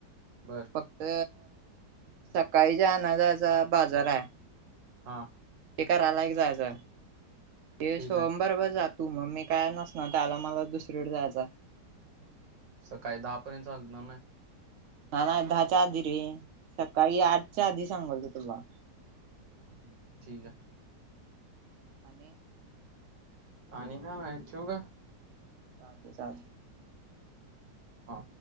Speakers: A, on the right (about 85°); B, on the right (about 60°).
A: बरं.
B: फक्त सकाळी जे आणायचा बाजार हाय.
A: आ
B: ते करायला एक जायचं ते
A: ठीक
B: सोंबारवर
A: आहे
B: जात तू मग मी काय नसणार त्याला मला दुसरीकडे जायचा.
A: सकाळी दहापर्यंत चालतन नाय.
B: ना ना दहाच्या आधी रे सकाळी आठच्या आधी सांगल तो तुला.
A: हम ठीक आहे.
B: आणि.
A: आणि काय नाय ठेऊ का?
B: चालतंय चालतंय.
A: हा.